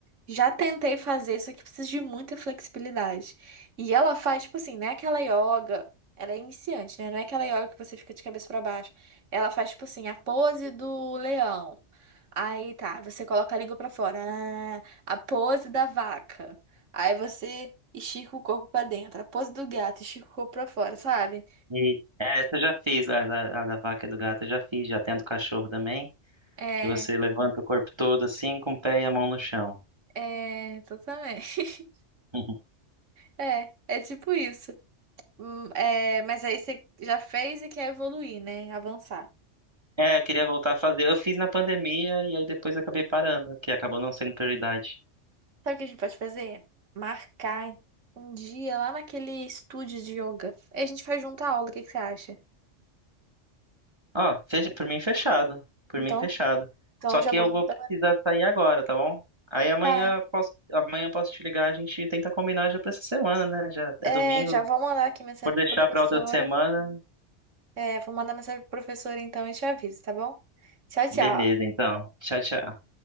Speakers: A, on the right; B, on the right.
A: Já tentei fazer, só que precisa de muita flexibilidade. E ela faz, tipo assim, não é aquela yoga. Ela é iniciante, né? Não é aquela yoga que você fica de cabeça pra baixo. Ela faz, tipo assim, a pose do leão. Aí tá, você coloca a língua pra fora. Ah, A pose da vaca. Aí você estica o corpo pra dentro. A pose do gato, estica o corpo pra fora, sabe?
B: E essa eu já fiz, a da, a da vaca e do gato eu já fiz, já tem a do cachorro também.
A: É,
B: Que você levanta o corpo todo assim, com o pé e a mão no chão.
A: é, totalmente. <laughs>
B: <laughs>
A: É, é tipo isso. Hum, É, mas aí você já fez e quer evoluir, né? Avançar.
B: É, eu queria voltar a fazer. Eu fiz na pandemia e aí depois acabei parando, que acabou não sendo prioridade.
A: Sabe o que a gente pode fazer? Marcar um dia lá naquele estúdio de yoga. Aí a gente faz junto a aula, o que que você acha?
B: Ó, fecha, por mim fechado. Por
A: Então,
B: mim fechado.
A: então
B: Só que
A: já vou
B: eu vou
A: mandar.
B: precisar sair agora, tá bom? Aí amanhã
A: Tá.
B: eu posso, amanhã eu posso te ligar, a gente tenta combinar já pra essa semana, né? Já é
A: É,
B: domingo.
A: já vou mandar aqui mensagem
B: Por deixar
A: pro professora.
B: pra outra semana.
A: É, vou mandar mensagem pro professora então e te aviso, tá bom? Tchau, tchau.
B: Beleza, então. Tchau, tchau.